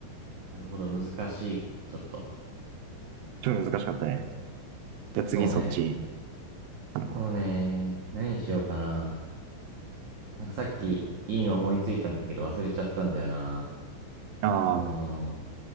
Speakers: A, on the right; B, on the right.
A: なるほど、難しい。ちょっと。
B: 超難しかったね。じゃあ次そっち。
A: そうね。
B: あの、ま
A: そうね。何にしようかな。なんかさっき、いいの思いついたんだけど忘れちゃったんだよな。
B: ああ、
A: うーん。